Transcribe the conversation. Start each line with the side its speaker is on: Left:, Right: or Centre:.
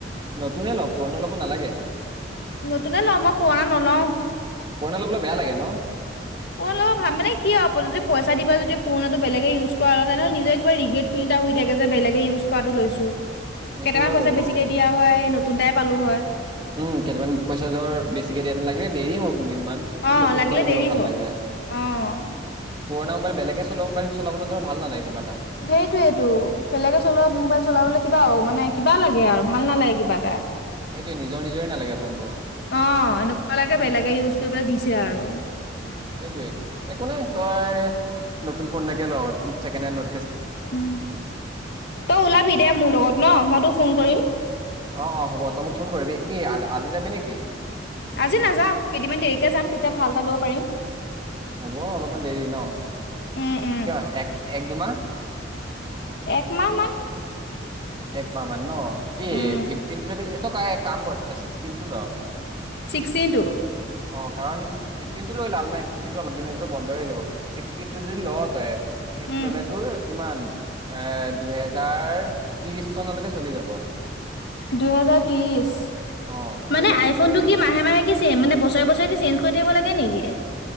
Right: নতুনে ল৷ পুৰণা ল'ব নালাগে৷
Left: নতুনে লম মই পুৰণা নলওঁ৷
Right: পুৰণা লবলে বেয়া লাগে ন।
Left: কোন লগৰ ভাব মানে কি আৰু আপ যদি পইচা দিবা যদি পুৰণ বেলেগে ইউজ কৰাৰ লগত তেনেহলে নিজৰ কিবা ৰি্ৰে ফিল এটা হৈ থাকে যে বেলেগ ইউজ কৰাটো লৈছো৷
Right: সেইটো
Left: কেইটামান
Right: হয়
Left: পইচা
Right: বাৰু
Left: বেছিকে দিয়া হয় নতুন এটাই পালো হয়৷
Right: উম কেইটামান পইচা য বেছিকে দিয়ে লাগিলে দেৰি হওক দুদিনমান কিন্তু
Left: অ'
Right: নতুন
Left: লাগিলে
Right: এটা লবলৈ
Left: দেৰি
Right: ভাল
Left: হওক
Right: লাগে।
Left: অ'
Right: পুৰণা মোবাইল বেলেগে চলোৱা মোবাইল চলাবলৈ ধৰ ভাল নালাগে কিবা এটা
Left: সেইটোয়েটো বেলেগে চলোৱা মোবাইল চলাবলে কিবা মানে কিবা লাগে আৰু! ভাল নালাগে কিবা এটা৷
Right: সেইটোৱে নিজৰ নিজৰে নালাগে ফোনটো
Left: অ এনেকুৱা লাগে বেলেগে ইউজ কৰি পেলাই দিছে আৰু
Right: সেইটোয়ে একো নাই তই নতুন ফোন এটাকে ল ছেকেণ্ড হেড নন।
Left: উম তই ওলাবি দে মোৰ লগত ন মইতো ফোন কৰিম।
Right: অ অ হ'ব তই মোক ফোন কৰিবি কি আজি যাবি নেকি?
Left: আজি নাযাও কেইদিন মান দেৰিকে যাম তেতিয়া ভাল এটা ল'ব পাৰিম।
Right: হ'ব অলপমান দেৰি ন
Left: উম, উম
Right: কিয় এক এক দুমাহ অ
Left: এক মাহ মান
Right: এক মাহ মান ন কি
Left: উম।
Right: ফিফটিনটো লবি। কাম কৰ ছিক্সটিন টো ল
Left: ছিক্সটিনটো
Right: অ কাৰণ ফিফটিন টো লৈ লাভ নাই ফিফটিনটো অলপ দিনৰ পিছত বন্ধ হৈ যাব ছিক্সটিন টো যদি লও তই। সেইটো
Left: উম।
Right: ললে তোৰ কিমান এ দুহেজাৰ ত্ৰিশ চনলৈকে চলি যাব।
Left: দুহেজাৰ ত্ৰিশ।
Right: অ দুহেজাৰ
Left: মানে
Right: ত্ৰিশলৈকে
Left: আইফোন টো
Right: চলি
Left: কি
Right: যাব
Left: মাহে মাহে কি চে মানে বছৰে বছৰে কি চেঞ্জ কৰি থাকিব লাগে নেকি?